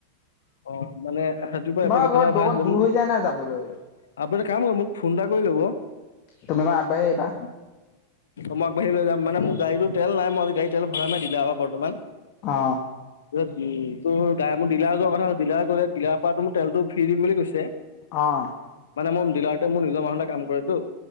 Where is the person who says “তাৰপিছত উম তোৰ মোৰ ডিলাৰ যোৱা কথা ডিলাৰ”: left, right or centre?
Left